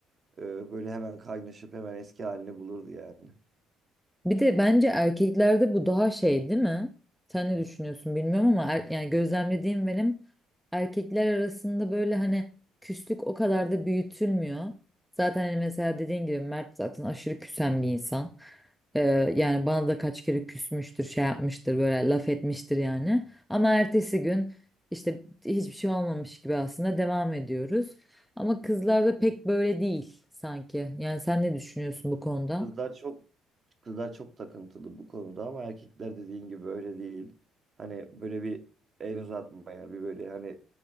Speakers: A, on the right; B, in the centre.
A: e, böyle hemen kaynaşıp hemen eski halini bulurdu yani.
B: Bir de bence erkeklerde bu daha şey değil mi? Sen ne düşünüyorsun bilmiyorum ama er- yani gözlemlediğim benim erkekler arasında böyle hani küslük o kadar da büyütülmüyor. Zaten hani mesela dediğin gibi Mert zaten aşırı küsen bir insan. Ee, yani bana da kaç kere küsmüştür, şey yapmıştır, böyle laf etmiştir yani. Ama ertesi gün işte hiçbir şey olmamış gibi aslında devam ediyoruz. Ama kızlarda pek böyle değil sanki. Yani sen ne düşünüyorsun bu konuda?
A: Kızlar çok kızlar çok takıntılı bu konuda ama erkekler dediğin gibi öyle değil. Hani böyle bir el uzatmaya bir böyle hani